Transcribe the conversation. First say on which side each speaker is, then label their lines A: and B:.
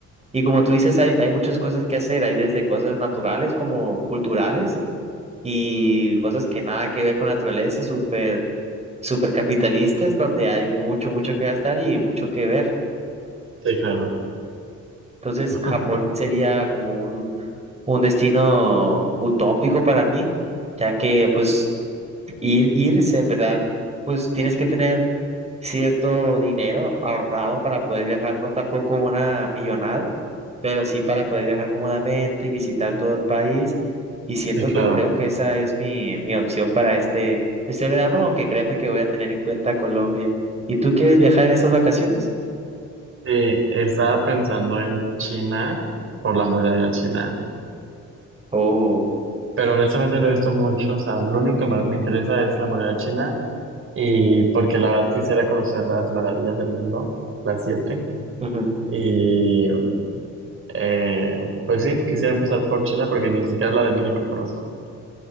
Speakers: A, on the right; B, on the right.
A: Y como tú dices, hay, hay muchas cosas que hacer, hay desde cosas naturales como culturales y cosas que nada que ver con la naturaleza, súper, súper capitalistas, donde hay mucho, mucho que gastar y mucho que ver.
B: Sí, claro.
A: Entonces,
B: <laughs>
A: Japón sería como un, un destino utópico para mí, ya que pues ir, irse, en verdad, pues tienes que tener cierto dinero ahorrado para poder viajar, no tampoco una millonada, pero sí para poder viajar cómodamente y visitar todo el país. Y siento
B: Sí, claro.
A: que creo que esa es mi, mi opción para este, este verano, aunque créeme que voy a tener en cuenta Colombia. ¿Y tú quieres viajar en estas vacaciones?
B: Sí, estaba pensando en China por la muralla china.
A: Oh.
B: Pero honestamente no he visto mucho, o sea, lo único que me, me interesa es la moneda china y porque la verdad quisiera conocer las maravillas del mundo, las siete.
A: ujú.
B: Y eh, pues sí, quisiera empezar por China porque ni siquiera la de México conozco.